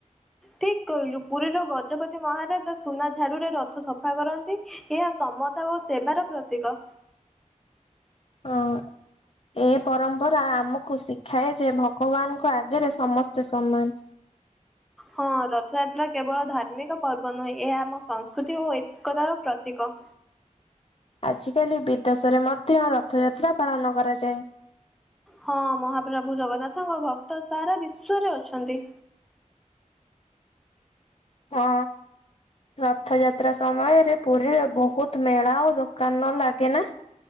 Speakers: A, in the centre; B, on the left.
A: ଠିକ କହିଲୁ ପୁରୀର ଗଜପତି ମହାରାଜା ସୁନା ଝାଡ଼ୁରେ ରଥ ସଫା କରନ୍ତି। ଏହା ସମତା ଓ ସେବାର ପ୍ରତୀକ।
B: ହଁ। ଏ ପରମ୍ପରା ଆମକୁ ଶିଖାଏ ଯେ ଭଗବାନଙ୍କ ଆଗରେ ସମସ୍ତେ ସମାନ।
A: ହଁ ରଥଯାତ୍ରା କେବଳ ଧାର୍ମିକ ପର୍ବ ନୁହେଁ ଏହା ଆମ ସଂସ୍କୃତି ଓ ଐତିକତାର ପ୍ରତୀକ।
B: ଆଜିକାଲି ବିଦେଶରେ ମଧ୍ୟ ରଥଯାତ୍ରା ପାଳନ କରାଯାଏ।
A: ହଁ ମହାପ୍ରଭୁ ଜଗନ୍ନାଥଙ୍କ ଭକ୍ତ ସାରା ବିଶ୍ଵରେ ଅଛନ୍ତି।
B: ହଁ। ରଥଯାତ୍ରା ସମୟରେ ପୁରୀରେ ବହୁତ ମେଳା ଓ ଦୋକାନ ଲାଗେ ନା?